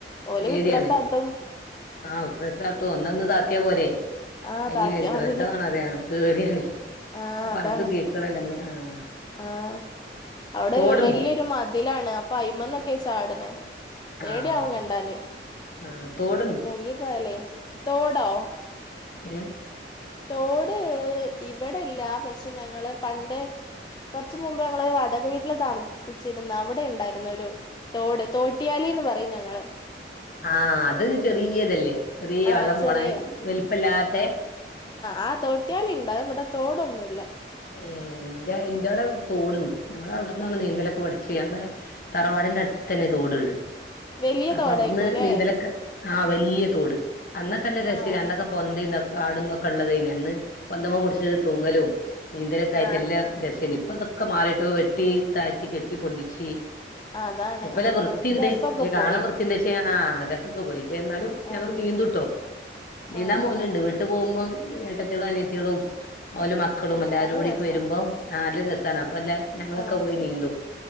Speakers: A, on the left; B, on the left.
A: ഓല്
B: പേടിയാണ്
A: വിക്രസാട്ടും
B: ആഹ് ഒക്രെ സാട്ടു ഒന്ന് അങ്ങ് താത്തിയാ പോരേ
A: ആഹ്
B: <unintelligible>
A: താത്തിയാ
B: ശ്രദ്ധ
A: മതി
B: വേണം ഞങ്ങക്ക് പേടിയാണെ
A: ആഹ് അതാണ്
B: അതും കേക്കണല്ല നമ്മൾ ആഹ്
A: ആഹ് അവിടെ
B: തോടുണ്ടോ
A: വലിയൊരു മതിലാണ് അപ്പൊ അയിമന്നൊക്കെ ചാടണ പേടിയാവും
B: ആഹ്
A: കണ്ടാല്
B: ആഹ് തോടുണ്ടോ
A: മുങ്ങിപ്പോയാലേ തോടോ
B: ഉം
A: തോട് ഇവിടെ ഇല്ല പക്ഷെ ഞങ്ങൾ പണ്ട് കൊറ ച്ച് മുമ്പ് ഞങ്ങൾ ഒരു വടക വീട്ടിൽ താമസിച്ച് ന്ന് അവിടെ ഉണ്ടായിരുന്ന ഒരു തോട് തോട്ടിയാലിന്ന് പറയും ഞങ്ങൾ
B: ആഹ് അത് ചെറിയതല്ലേ ചെറിയ
A: ആ
B: വെള്ളം
A: ചെറിയ
B: പോണം വൽപ്പല്ലാത്ത
A: ആഹ് തോട്ടിയാല് ഇണ്ട് ഇവിടെ തോടൊന്നുല്ല
B: ഏ ന്റെ ന്റെവ്ടെ തോട്ണ്ട് ഞങ്ങളവിട്ന്നാണ് നീന്തലൊക്കെ പഠിചെ ഞങ്ങളെ തറവാടിന്റെ അടുത്ത് തന്നെ തോടുള്ളെ
A: വലിയ
B: അപ്പൊ
A: തോടായിക്കൂല്ലേ
B: അവിട്ന്ന് നീന്തലൊക്കെ ആഹ് വല്യ തോട് അന്നൊക്കെ ല്ല രസ
A: ആ ആ
B: അന്നൊക്കെ പൊന്തേൻ കാട്ന്തൊക്കെ ഉള്ളതേനി അന്ന് കൊന്തമ പിടിച്ചു തൂങ്ങലും നീന്തലൊക്കെ
A: ആ
B: ആയിട്ട് എല്ലാ രസേനി ഇപ്പ അതൊക്കെ മാറിയിട്ട് വെട്ടി താഴ്ത്തി കെട്ടി പൊന്തിച്ച്
A: അതാണ്
B: ഇപ്പല്ല
A: ആ
B: വൃത്തിയിണ്ട്
A: രസൊക്കെ
B: പക്ഷെ കാണാൻ
A: പോയി
B: വൃത്തിയുണ്ട് പക്ഷേ ആഹ് രസൊക്കെ പോയിക്ഷെ എന്നാലും ഞങ്ങൾ
A: ആ
B: നീന്തിട്ടോ നീന്താൻ
A: ആ
B: പോവല്ണ്ട്
A: ആ
B: വീട്ടു പോകുമ്പം ഏട്ടത്യേളും അനിയത്യേളും ഓല് മക്കളും
A: ആ
B: എല്ലാരുടിയൊക്കെ
A: നല്ല രസാ
B: വരുമ്പോ ആഹ് നല്ല രസാണ് വല്ല ഞങ്ങളൊക്കെ
A: ആ
B: പോയി നീന്തും